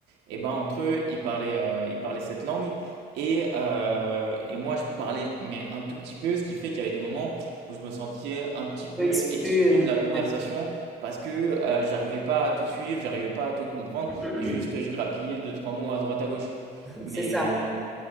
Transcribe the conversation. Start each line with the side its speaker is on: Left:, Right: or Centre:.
Right: et ben entre eux, ils parlaient, euh, ils parlaient cette langue, et, euh, et moi je parlais mais un tout petit peu, ce qui fait qu'il y avait des moments où je me sentais un petit peu
Centre: Je m'exclus,
Right: exclu
Centre: euh,
Right: de la conversation.
Centre: ouais.
Right: Parce que euh, j'arrivais pas à tout suivre, j'arrivais pas à tout comprendre,
Centre: <clears throat>
Right: et juste je grappillais deux, trois mots à droite à gauche. Mais,
Centre: C'est ça,